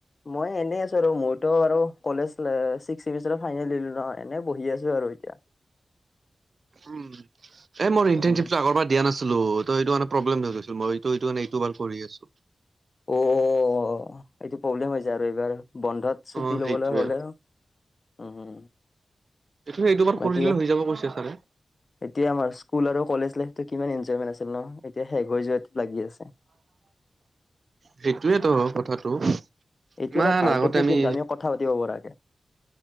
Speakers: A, on the left (about 45°); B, on the right (about 60°).
A: মই এনে আছো আৰু মোৰতো আৰু কলেজ ছিক্সচেমষ্টাৰ ফাইনেল দিলো ন এনে বহি আছো আৰু এতিয়া।
B: উম এ মই ইন্টাৰনশিপটো
A: উম
B: আগৰ পৰা দিয়া নাছিলো অ ত এইটো মান প্ৰবলেম হৈ গৈছিল মই এইটো এইটো মে এইটো বাৰ কৰি আছো।
A: অ অ এইটো প্ৰব্লেম হৈ যায় আৰু এইবাৰ বন্ধত ছুটি
B: অ'
A: ল'বলৈ
B: সেইটোৱে
A: হ'লে উ
B: এইটো এইটো বাৰ কৰি
A: বাকি
B: দিলে হৈ যাব কৈছে ছাৰে।
A: এতিয়া আমাৰ স্কুল আৰু কলেজ লাইফ কিমান এনজয়মেণ্ট আছিল ন', এতিয়া শেষ হৈ যোৱাত লাগি আছে।
B: সেইটোয়েতো হ কথাাতটো
A: এইটো
B: ইমান
A: এটা ভাল
B: আগতে
A: টপিক
B: আমি
A: কিন্তু কথা পাতিব পৰাকে